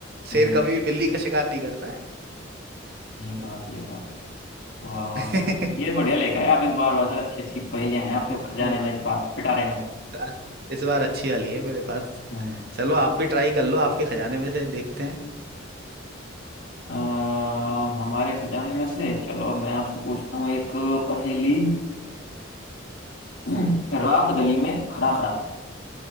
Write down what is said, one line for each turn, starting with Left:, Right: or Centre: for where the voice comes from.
Left: हम्म,
Right: शेर कभी भी बिल्ली का शिकार नहीं करता है
Left: ये बात ये बात वाह वाह
Right: <laughs>
Left: वाह ये बढ़िया लेकर आए आप इस बार वैसे अच्छी अच्छी पहेलियां हैं आपके
Right: ओहो।
Left: खजाने में इस बार पिटारे में
Right: बस, इस बार अच्छी वाली है मेरे पास
Left: हम्म
Right: चलो आप भी ट्राई कर लो आपके खजाने में से देखते हैं
Left: अ, हमारे खजाने में से चलो मैं आपसे पूछता हूँ एक पहेली <clears throat> रात गली में खड़ा खड़ा